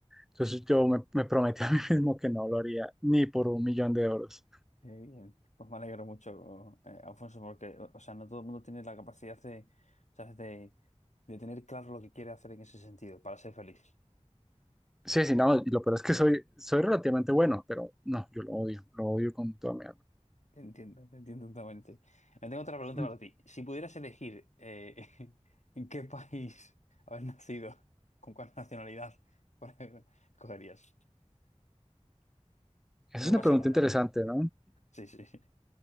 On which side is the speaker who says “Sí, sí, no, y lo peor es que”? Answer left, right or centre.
Centre